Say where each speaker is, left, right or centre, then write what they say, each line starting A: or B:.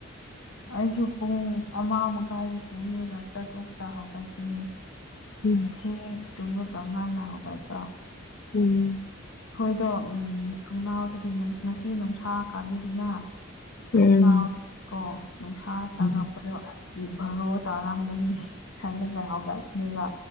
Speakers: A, on the left; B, on the left.
A: ꯑꯩꯁꯨ ꯄꯨꯡ ꯑꯃ ꯃꯈꯥꯏꯒꯤ ꯇꯨꯝꯂꯒ ꯇꯔꯨꯛꯇ ꯍꯧꯒꯠꯄꯅꯦ
B: ꯎꯝ
A: ꯊꯦꯡꯅ ꯇꯨꯝꯃꯒ ꯉꯥꯟꯅ ꯍꯧꯒꯠꯄ
B: ꯎꯝ
A: ꯑꯩꯈꯣꯏꯗꯣ ꯎꯝ ꯊꯣꯡꯅꯥꯎꯗꯒꯤ ꯉꯁꯤ ꯅꯨꯡꯁꯥ ꯀꯥꯂꯤꯗꯅ ꯊꯣꯡꯅꯥꯎꯗꯒꯤ
B: ꯎꯝ
A: ꯀꯣ ꯅꯨꯡꯁꯥ ꯆꯪꯉꯛꯄ
B: ꯎꯝ
A: ꯑꯩꯗꯤ ꯚꯔꯣ ꯇꯥꯔꯝꯒꯅꯤ ꯈꯜꯂꯒ ꯍꯧꯒꯠꯂꯦꯕ